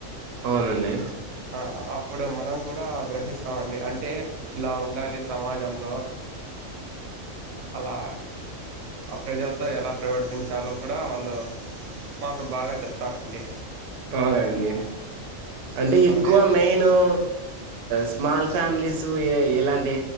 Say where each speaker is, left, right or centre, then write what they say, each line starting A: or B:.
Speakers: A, on the right; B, on the right.
A: అవునండి
B: ఆప్ ఇప్పుడు మనం కూడా గ్రహిస్తామండి అంటే ఇలా ఉండాలి సమాజంలో అలా ఆ ప్రజలతో ఎలా ప్రవర్తించాలో కూడా వాళ్ళు మాకు బాగా చెప్తారండి
A: అవునండి అంటే ఎక్కువ
B: నేను
A: మెయిన్ ఊ స్మాల్ ఫ్యామిలీసు ఏ ఎలాంటి